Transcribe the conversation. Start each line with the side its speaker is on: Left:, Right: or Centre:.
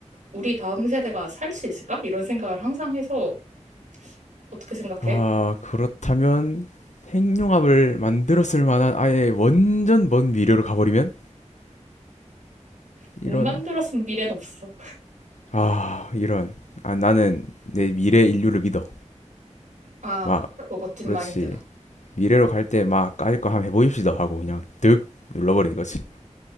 Right: 우리 다음 세대가 살 수 있을까? 이런 생각을 항상 해서 어떻게 생각해?
Left: 아, 그렇다면 핵융합을 만들었을 만한 아예 완전 먼 미래로 가버리면?
Right: 못
Left: 이런,
Right: 만들었으면 미래는 없어.
Left: 아, 이런. 아, 나는 내 미래 인류를 믿어.
Right: 아,
Left: 막,
Right: 그거 멋진
Left: 그렇지.
Right: 마인드다.
Left: 미래로 갈 때 막 까짓 거 한번 해보입시다 하고 그냥 득 눌러버리는 거지.